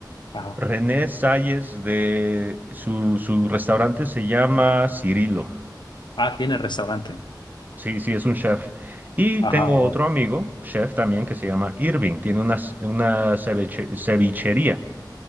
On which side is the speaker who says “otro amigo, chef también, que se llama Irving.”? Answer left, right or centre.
Right